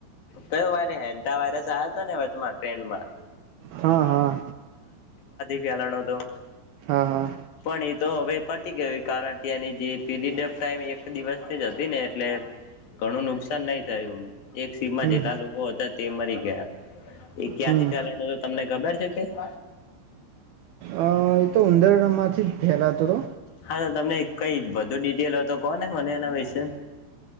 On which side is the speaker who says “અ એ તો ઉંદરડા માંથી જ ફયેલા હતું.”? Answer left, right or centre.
Right